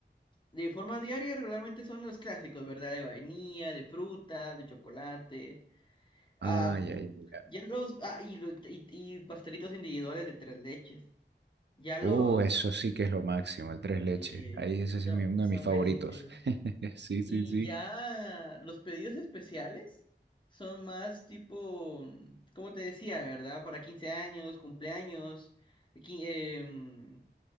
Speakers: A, on the left; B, on the right.
A: De forma diaria, regularmente son los clásicos, ¿verdad? De vainilla, de fruta, de chocolate. am,
B: Ay, ay, ay.
A: ya los. Ah, y, lo- y, y pastelitos individuales de tres leches. Ya
B: Oh,
A: los.
B: eso sí que es lo máximo, el tres leches.
A: eh,
B: Ahí ese sí
A: son,
B: es mi- uno
A: son
B: de mis favoritos.
A: buenísimos.
B: <laughs> Sí, sí,
A: Y
B: sí.
A: ya los pedidos especiales son más tipo. mm, Como te decía, ¿verdad? Para 15 años, cumpleaños. qui- em,